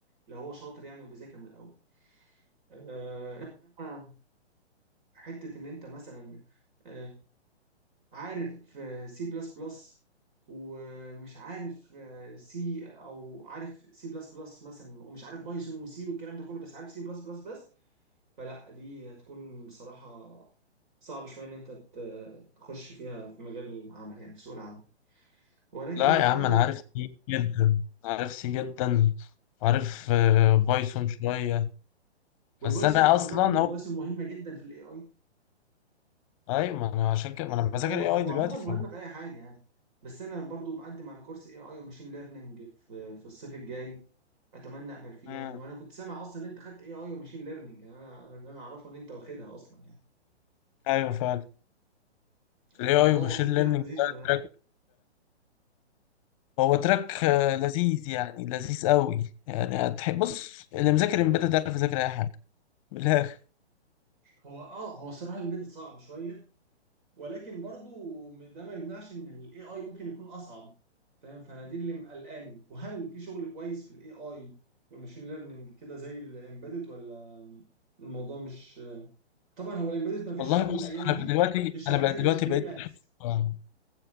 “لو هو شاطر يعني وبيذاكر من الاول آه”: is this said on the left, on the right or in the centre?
Right